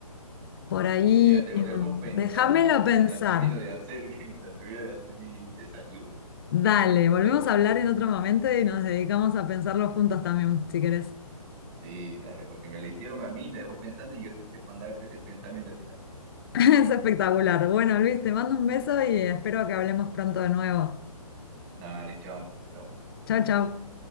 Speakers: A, on the left; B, on the right.
A: Por ahí,
B: Mira, te lo
A: mm,
B: dejo pensando
A: déjamelo pensar.
B: mientras termino de hacer, <laughs> mientras termino de hacer mi desayuno.
A: Dale, volvemos
B: Pero
A: a hablar en otro momento y nos dedicamos a pensarlo juntos también, si querés. <laughs>
B: Sí, dale, porque me la hicieron a mí, me dejó pensando y yo quise mandarte ese pensamiento a ti también.
A: Es espectacular. Bueno, Luis, te mando un beso y espero que hablemos pronto de nuevo.
B: Dale, chao. bro.
A: Chao, chao.